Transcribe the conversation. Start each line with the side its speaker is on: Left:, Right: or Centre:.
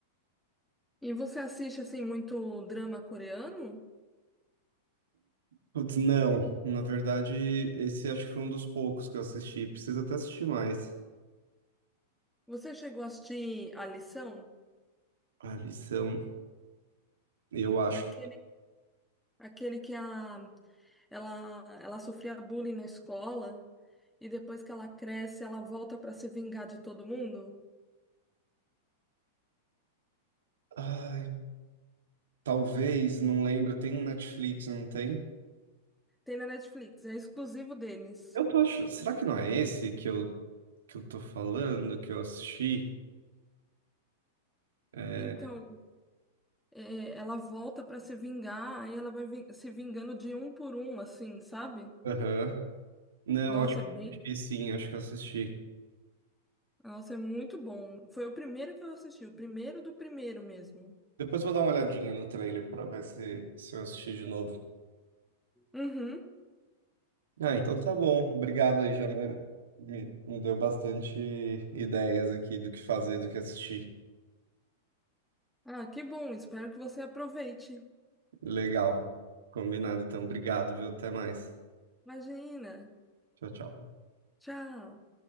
Centre: E você assiste assim muito drama coreano?
Right: Putz, não, na verdade, esse acho que foi um dos poucos que eu assisti. Preciso até assistir mais.
Centre: Você chegou a assistir A Lição?
Right: A lição, eu acho.
Centre: Aquele, aquele que a, ela, ela sofria bullying na escola e depois que ela cresce, ela volta para se vingar de todo mundo?
Right: Ai, Talvez, não lembro, tem no Netflix, não tem?
Centre: Tem na Netflix, é exclusivo deles.
Right: Eu tô achando. Será que não é esse que eu, que eu tô falando, que eu assisti? É,
Centre: Então, é, ela volta para se vingar, aí ela vai vin- se vingando de um por um, assim, sabe?
Right: Aham. Não,
Centre: Nossa,
Right: acho que
Centre: é bem.
Right: eu assisti sim, acho que eu assisti.
Centre: Nossa, é muito bom. Foi o primeiro que eu assisti, o primeiro do primeiro mesmo.
Right: Depois vou dar uma olhadinha no trailer pra ver se, se eu assisti de novo.
Centre: Uhum.
Right: Ah, então tá bom. Obrigado aí, já me, me, me deu bastante ideias aqui do que fazer, do que assistir.
Centre: Ah, que bom. Espero que você aproveite.
Right: Legal. Combinado, então. Obrigado, viu? Até mais.
Centre: Imagina.
Right: Tchau, tchau.
Centre: Tchau.